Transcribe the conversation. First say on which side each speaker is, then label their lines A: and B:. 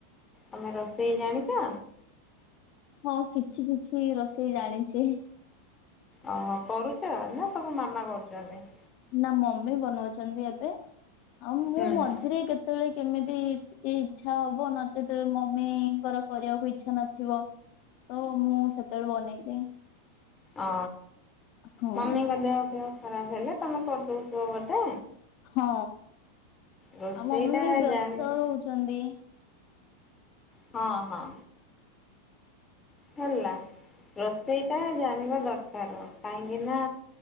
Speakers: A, on the left; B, on the left.
A: ତମେ ରୋଷେଇ ଜାଣିଛ
B: ହଁ କିଛି କିଛି ରୋଷେଇ ଜାଣିଛି।
A: ଓହୋ କରୁଛି ଛ ନା ସବୁ ମାମା କରୁଛନ୍ତି।
B: ନା ମମି ବନଉଛନ୍ତି ଏବେ। ଆଉ ମୁଁ
A: ହୁଁ
B: ମଝିରେ
A: ହୁଁ
B: କେତେବେଳେ କେମିତି ଟିକେ ଇଚ୍ଛା ହବ ନଚେତ ମମିଙ୍କର କରିବାକୁ ଇଚ୍ଛା ନଥିବ। ତ ମୁଁ ସେତେବେଳେ ବନେଇଦିଏ।
A: ଓ।
B: ହଁ।
A: ମାମିଙ୍କ ଦେହ ଫେୟ ଖରାପ ହେଲେ ତମେ କରିଦଉଥିବ ବୋଧେ।
B: ହଁ।
A: ରୋଷେଇଟା
B: ଆଉ ମମି ବି ବ୍ୟସ୍ତ
A: ଜାଣିବା
B: ରହୁଛନ୍ତି।
A: ହଁ ହଁ। ହେଲା ରୋଷେଇଟା ଜାଣିବା ଦରକାର କାହିଁକି ନା